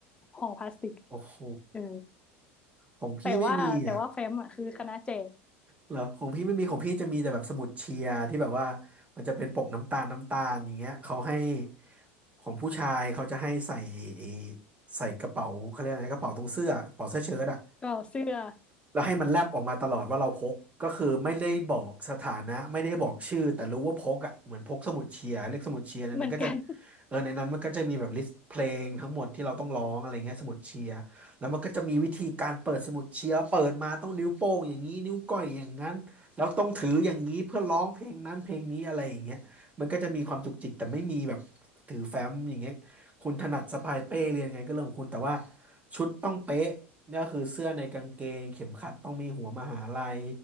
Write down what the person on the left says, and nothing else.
ห่อพลาสติก
เออ
แต่ว่าแต่ว่าแฟ้มอ่ะคือคณะแจก
ก็เสื้อ
เหมือนกัน <laughs>